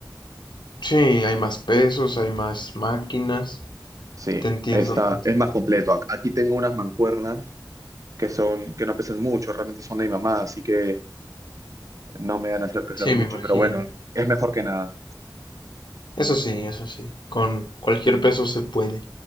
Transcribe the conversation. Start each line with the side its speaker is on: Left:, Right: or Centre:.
Left: Sí, hay más pesos, hay más máquinas.
Right: Sí,
Left: Te entiendo,
Right: está,
Left: te entiendo.
Right: es más completo. Ac- Aquí tengo unas mancuernas que son, que no pesan mucho, realmente son de mi mamá, así que no me van a hacer crecer
Left: Sí,
Right: mucho,
Left: me imagino.
Right: pero bueno, es mejor que nada.
Left: Eso sí, eso sí. Con cualquier peso se puede.